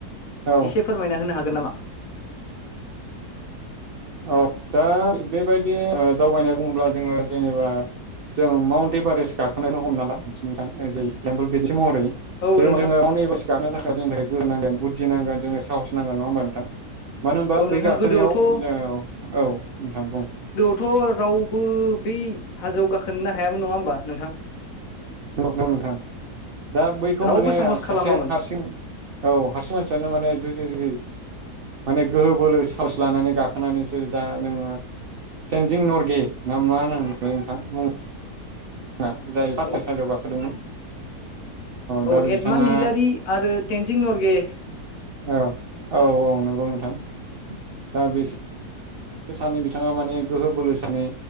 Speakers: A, on the right (about 75°); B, on the left (about 65°).
A: औ
B: एसे फोरमायना होनो हा गोन नामा?
A: औ दा बेबायदि ओ दावबायनाय बुङोब्ला जोङो जेनेबा जों माउन्ट एभारेष्ट गाखोनायखौनो हमना ला नोंथां एज ए एक्जामपल महरै
B: औ
A: जेनेबा
B: नोंथां
A: जों माउन्ट एभारेस्ट गाखोनो थाखाय जोंनो थाखाय गोहो नांगोन बुद्धि नांगोन जोंनो साहस नांगोन नङा होमबा नोंथां। मानो होनबा
B: औ नोंथां
A: बै गाखोनायाव
B: गोदोआवथ'
A: जोङो, औ नोंथां बुं
B: थ' रावबो बै हाजोआव गाखोनोनो हायामोन नङा होमबा नोंथां।
A: नोंगौ-नोंगौ नोंथां। दा बैखौ
B: रावबो
A: माने
B: साहस
A: सासे
B: खालामामोन
A: हारसिं औ हारसिं मानसियानो माने जुजि-जुजि माने गोहो बोलो साहस लानानै गाखोनानैसो दा जोङो तटेनजिं नरगे ना मा होनोमोनलाय नोंथां मुं ङा जाय फासा
B: औ
A: बेहाजोआव गाखोदोंमोन।
B: औ
A: दा बिथाङा
B: एडमान् हिलारि आरो तटेनजिं नर गे।
A: औ औ औ नंगौ नोंथां दा बेसे सानै बिथाङा माने गोहो बोलो सानै